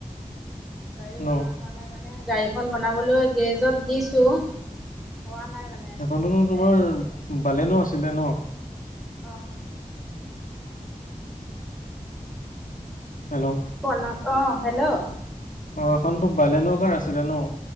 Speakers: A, in the centre; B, on the left.
A: গাড়ী
B: ন
A: বনোৱা হোৱা নাই মানে গাড়ীখন বনাবলৈ গ্ৰেজত দিছো। হোৱা নাই মানে
B: সেখনতো
A: হ'লে
B: তোমাৰ বালেন আছিলে ন
A: অ'
B: হেল্ল'
A: বনক অ' হেল্ল'
B: অ' এখনতো বালেন কাৰ আছিলে ন